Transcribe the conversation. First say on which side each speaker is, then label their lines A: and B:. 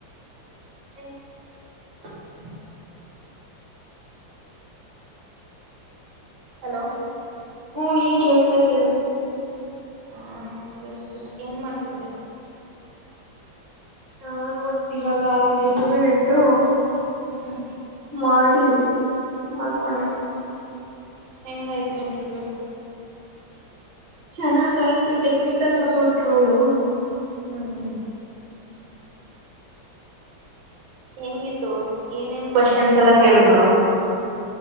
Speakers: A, on the right (about 30°); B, on the right (about 80°).
A: <inaudible>
B: ಹಲೋ
A: ಹ್ಮ ಈಗ ಕೇಳ್ಸ್ತೈತೆ ಹೇಳು
B: ಹಾ ನಂಗು ಕೆಳ್ಸ್ತದೆ ಏನ್ ಮಾಡ್ತಿದ್ದೆ.
A: ನಾನು ಇವಾಗ ಒಂದ್ ಇಂಟರ್ವ್ಯೂ ಇತ್ತು.
B: ಹ್ಮ್
A: ಮಾಡಿ ಮಲ್ಕೊಂಡೆ.
B: ಹೆಂಗಾಯ್ತು ಇಂಟರ್ವ್ಯೂ?
A: ಚೆನ್ನಾಗಾಯ್ತು ಟೆಕ್ನಿಕಲ್ ಸಪೋರ್ಟ್ ರೋಲು.
B: ಹ್ಮ್ ಹ್ಮ್ ಹೆಂಗಿತ್ತು ಏನೇನ್ ಕ್ವಶನ್ಸ್ ಎಲ್ಲ ಕೇಳಿದ್ರು.